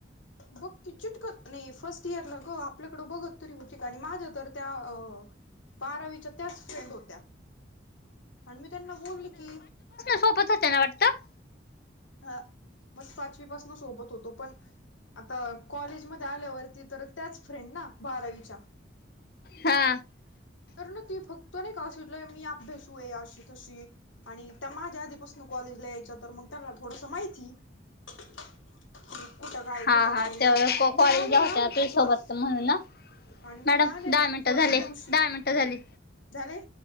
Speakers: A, on the left (about 90°); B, on the left (about 50°).
A: बघ चिटक नाही फर्स्ट इयर ला ग आपल्याकड बघत तरी उच आणि माझ्या दर. त्या बारावीच्या त्याच फ्रेंड होत्या. आणि मी त्यांना बोलली की
B: सोपच आहेना वाटतं.
A: ह म पाचवीपसून सोबत होतो पण आता कॉलेजमध्येध्ये आल्यावरती तर त्याच फ्रेंड ना बारावीच्या
B: हा.
A: तर ना ती फक्त नाही काल मी अभ्यासू आहे अशी तशी आणि त्या माझ्या आधीपासून कॉलेजला यायच तर मग त्यांना थोडस माहिती क कुठं काय
B: हा
A: कुठं काय
B: हा
A: नाही
B: त्या
A: आणि मी
B: कॉलेजला
A: आले ना
B: होत्या तुझ
A: फस्
B: सोबत म्हणून ना
A: आणि मी
B: मॅडम
A: आले
B: दहा
A: ना
B: मिनटं
A: फस्ट
B: झाले
A: दिवशी
B: दहा मिनटं झाली
A: झालेय